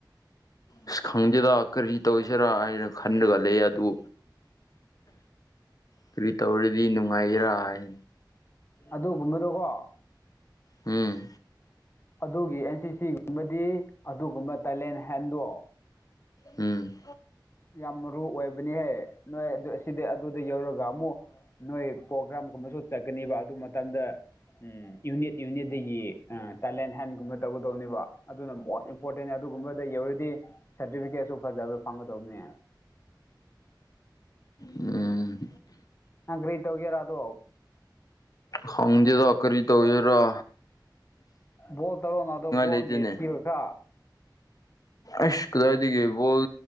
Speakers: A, on the left; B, on the left.
A: ꯑꯁ ꯈꯪꯗꯦꯗ ꯀꯔꯤ ꯇꯧꯔꯤꯁꯤꯔꯥ ꯍꯥꯏꯔ ꯈꯟꯔꯒ ꯂꯩꯌꯦ ꯑꯗꯨ ꯀ꯭ꯔꯤ ꯇꯧꯔꯗꯤ ꯅꯨꯡꯉꯥꯏꯒꯦꯔꯥ ꯍꯥꯏ
B: ꯑꯗꯨꯒꯨꯝꯕꯗꯣ ꯀꯣ
A: ꯎꯝ
B: ꯑꯗꯨꯒꯤ ꯑꯦꯟ꯬ꯁꯤꯁꯤ ꯕꯗꯤ ꯑꯗꯨꯒꯨꯝꯕ ꯇꯦꯂꯦꯅ ꯍꯦꯟꯗꯣ
A: ꯎꯝ
B: ꯌꯥꯝ ꯃꯔꯨ ꯑꯣꯏꯕꯅꯤꯍꯦ ꯅꯣꯏ ꯑꯁꯤꯗ ꯑꯗꯨꯗ ꯌꯧꯔꯒ ꯑꯃꯨꯛ ꯅꯣꯏ ꯄ꯭ꯔꯣꯒ꯭ꯔꯥꯝꯒꯨꯝꯕꯁꯨ ꯆꯠꯀꯅꯤꯕ ꯑꯗꯨ ꯃꯇꯝꯗ ꯎꯝ ꯌꯨꯅꯤꯠ ꯌꯨꯅꯤꯠꯗꯒꯤ ꯇꯦꯂꯦꯟ ꯍꯟꯒꯨꯝꯕ ꯇꯧꯒꯗꯧꯅꯦꯕ ꯑꯗꯨꯅ ꯕꯣ ꯏꯝꯄꯣꯔꯇꯦꯟ ꯑꯗꯨꯒꯨꯝꯕꯗ ꯌꯧꯔꯗꯤ ꯁꯥꯔꯇꯤꯐꯤꯀꯦꯠꯁꯨ ꯐꯖꯕ ꯐꯪꯒꯗꯧꯕꯅꯦ
A: ꯎꯝ
B: ꯅꯪ ꯀ꯭ꯔꯤ ꯇꯧꯒꯦꯔꯥ ꯑꯗꯣ
A: ꯈꯪꯗꯦꯗ ꯀ꯭ꯔꯤ ꯇꯧꯒꯦꯔꯥ
B: ꯕꯣꯜ ꯇꯧꯔꯣꯅ ꯑꯗꯣ ꯕꯣꯜꯒꯤ
A: ꯂꯩꯇꯦꯅꯦ
B: ꯁ꯭ꯀꯤꯜ ꯈꯔ
A: ꯑꯁ ꯀꯗꯥꯢꯗꯒꯤ ꯕꯣꯜ